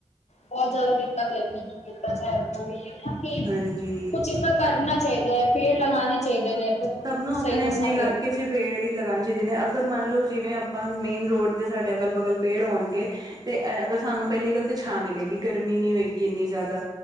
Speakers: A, on the left; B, on the right.
A: ਬਹੁਤ ਜ਼ਿਆਦਾ ਦਿੱਕਤ ਹੈਗੀ ਕਿਤੇ ਜਾ ਰਹੀਏ ਨਾ ਕਿ
B: ਹਾਂਜੀ
A: ਕੁਝ ਚੀਜ਼ਾਂ ਕਰਨਾ ਚਾਹੀਦਾ ਐ। ਪੇੜ ਲਗਾਣੇ ਚਾਹੀਦੇ ਨੇ।
B: ਸਭ ਨੂੰ
A: ਸਹੀ
B: ਆਪਣੇ
A: ਦੱਸਾਂ
B: -ਆਪਣੇ ਇਲਾਕੇ
A: ਤੇ
B: 'ਚ ਫਿਰ ਪੇੜ ਈ ਲਗਾਣੇ ਚਾਹੀਦੇ ਨੇ। ਅਗਰ ਮੰਨ ਲਓ, ਜਿਵੇਂ ਆਪਾਂ ਮੇਨ ਰੋਡ ਦੇ ਸਾਡੇ ਅਗਲ- ਬਗਲ ਪੇੜ ਹੋਣਗੇ ਤੇ ਅ ਅਗਰ ਸਾਨੂੰ ਪਹਿਲੀ ਗੱਲ ਤੇ ਛਾਂ ਮਿਲੇਗੀ। ਗਰਮੀ ਨਹੀਂ ਹੋਏਗੀ ਇੰਨੀ ਜ਼ਿਆਦਾ,